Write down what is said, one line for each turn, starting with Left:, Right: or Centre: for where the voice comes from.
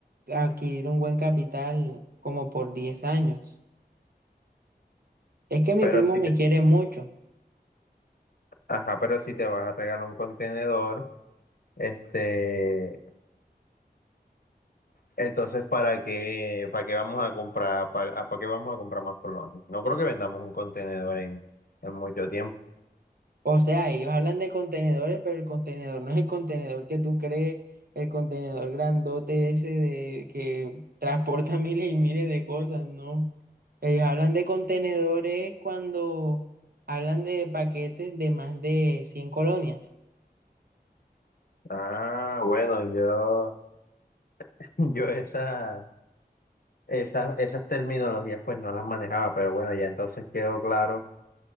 Right: adquirir un buen capital como por 10 años. Es que mi
Left: Pero
Right: primo
Left: si
Right: me
Left: te,
Right: quiere mucho.
Left: ajá, pero si te vas a regalar un contenedor, este, entonces, ¿para qué, para qué vamos a comprar, para, para qué vamos a comprar más colonias? No creo que vendamos un contenedor en, en mucho tiempo.
Right: O sea, ellos hablan de contenedores, pero el contenedor no es el contenedor que tú crees, el contenedor grandote ese de que transporta <laughs> miles y miles de cosas, ¿no? Ellos hablan de contenedores cuando hablan de paquetes de más de cien colonias.
Left: Ah, bueno, yo, <laughs> yo esa, esas, esas terminologías pues no las manejaba, pero bueno, ya entonces quedó claro,